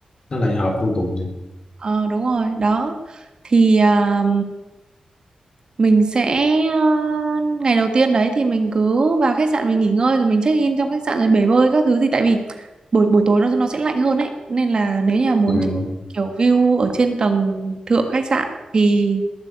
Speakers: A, on the left (about 40°); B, on the right (about 40°).
A: nó lại hợp vô cùng này.
B: Ờ đúng rồi, đó. Thì à, mình sẽ à, ngày đầu tiên đấy thì mình cứ vào khách sạn mình nghỉ ngơi rồi mình check in trong khách sạn rồi bể bơi các thứ gì tại vì buổi buổi tối nó nó sẽ lạnh hơn ấy nên là nếu như là muốn
A: ừ.
B: kiểu view ở trên tầng thượng khách sạn thì